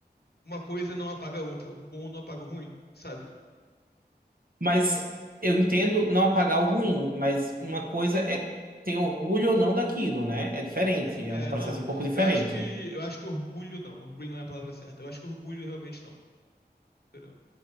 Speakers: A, on the left; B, on the right.
A: Uma coisa não apaga a outra. O bom não apaga o ruim, sabe?
B: Mas
A: Então,
B: eu entendo não apagar o ruim, mas uma coisa é ter orgulho ou não daquilo, né? É diferente,
A: é,
B: é um processo
A: é, não.
B: um pouco diferente.
A: Eu acho que, eu acho que orgulho não. Orgulho não é a palavra certa. Eu acho que orgulho realmente não. Entendeu?